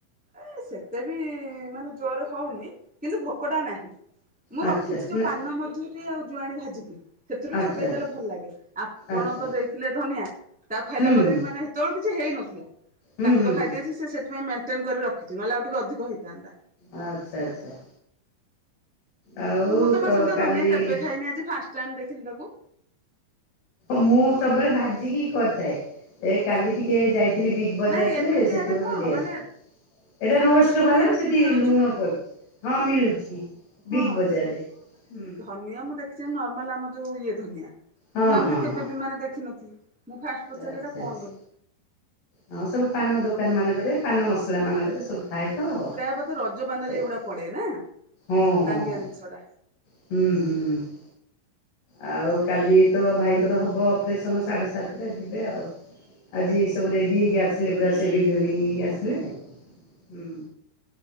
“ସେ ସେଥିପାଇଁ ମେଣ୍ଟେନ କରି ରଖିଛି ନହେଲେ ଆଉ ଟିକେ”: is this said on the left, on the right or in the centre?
Centre